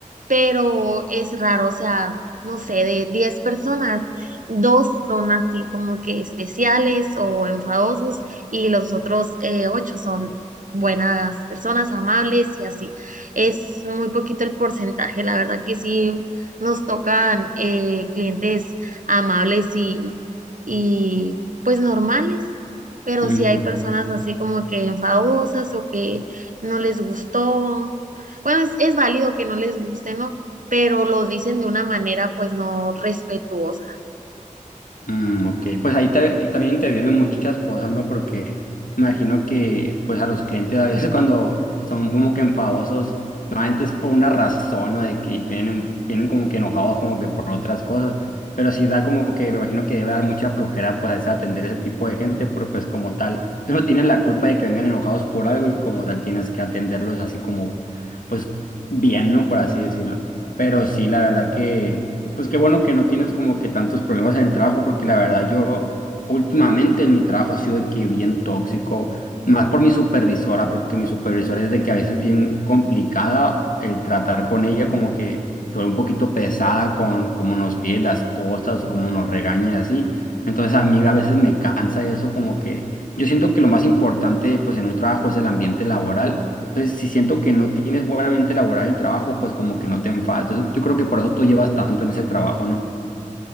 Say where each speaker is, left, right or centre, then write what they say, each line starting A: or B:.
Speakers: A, on the right (about 70°); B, on the left (about 75°).
A: pero es raro, o sea, no sé, de 10 personas, dos son así como que especiales o enfadosos y los otros eh, ocho son buenas personas, amables y así es muy poquito el porcentaje. La verdad que sí nos tocan eh, clientes amables y, y pues normales, pero
B: Mm,
A: sí hay personas así como que enfadosas o que no les gustó. Bueno, es, es válido que no les guste, ¿no? Pero lo dicen de una manera pues no respetuosa.
B: mm, ok, pues ahí ta- también intervienen muchas cosas, ¿no? Porque me imagino que pues a los clientes a veces <laughs> cuando son como que enfadosos, normalmente es por una razón, ¿no? De que vienen, vienen como que enojados como que por otras cosas, pero sí da como que me imagino que debe dar mucha flojera pues a veces atender ese tipo de gente, porque pues como tal, tú no tienes la culpa de que vengan enojados por algo y como tal tienes que atenderlos así como pues bien, ¿no? Por así decirlo. Pero sí, la verdad que... Pues qué bueno que no tienes como que tantos problemas en el trabajo, porque la verdad yo últimamente en mi trabajo ha sido de que bien tóxico, más por mi supervisora, porque mi supervisora es de que a veces bien complicada el tratar con ella, como que se vuelve un poquito pesada con cómo nos pide las cosas o cómo nos regaña así. Entonces a mí a veces me cansa eso, como que yo siento que lo más importante pues en un trabajo es el ambiente laboral. Entonces, si siento que no tienes buena mente laboral el trabajo, pues como que no te enfadas. Entonces, yo creo que por eso tú llevas tanto en ese trabajo, ¿no?